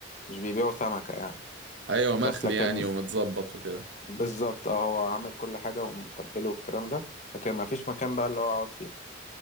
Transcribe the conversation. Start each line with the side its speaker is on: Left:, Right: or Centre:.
Left: مش بيبيعوا سمكه يعني
Right: ايوه مخلي
Left: بس لكن
Right: يعني ومتظبط وكده
Left: بالظبط اه هو عامل كل حاجه ومتبله والكلام ده لكن ما فيش مكان بقى اللي هو اقعد فيه